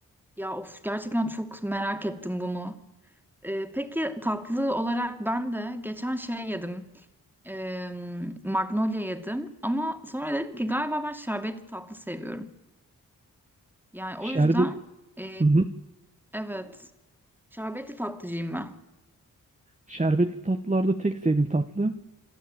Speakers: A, in the centre; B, on the right.
A: Ya of gerçekten çok merak ettim bunu. E, peki tatlı olarak ben de geçen şey yedim. E, Magnolia yedim. Ama sonra dedim ki galiba ben şerbetli tatlı seviyorum. Yani
B: Şerbet,
A: o yüzden e,
B: hı hı.
A: evet. Şerbetli tatlıcıyım ben.
B: Şerbetli tatlılarda tek sevdiğim tatlı.